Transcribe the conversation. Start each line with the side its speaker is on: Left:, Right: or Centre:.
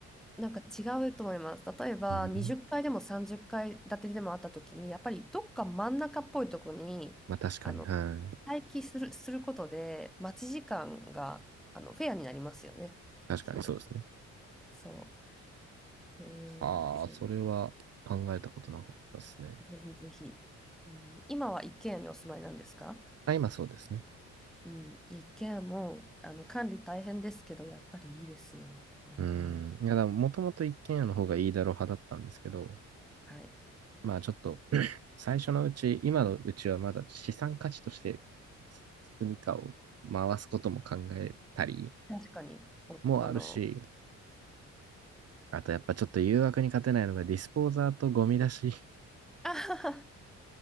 Centre: なんか違うと思います。例えば、
Right: た。うん。
Centre: 20階でも30階建てでもあった時に、やっぱりどっか真ん中っぽいとこに、
Right: まあ確かに、
Centre: あの、
Right: はい。
Centre: 待機する、することで、待ち時間が、あの、フェアになりますよね。
Right: 確かにそうですね。
Centre: そう、そう。えー、
Right: ああ、
Centre: そう、
Right: それは考えたことなかったですね。
Centre: ぜひぜひ。うん、今は一軒家にお住まいなんですか
Right: あ、今そうですね。
Centre: うん、いや一軒家も、あの、管理大変ですけど、やっぱりいいですよ。なんかあの、
Right: うん。いや、だもともと一軒家の方がいいだろう派だったんですけど、
Centre: はい。
Right: まあちょっと、最初のうち、今のうちはまだ資産価値として住みかを回すことも考えたり
Centre: 確かに、お、
Right: もあるし、
Centre: あの、
Right: あとやっぱちょっと誘惑に勝てないのがディスポーザーとゴミ出し。<laughs>
Centre: <laughs> あはは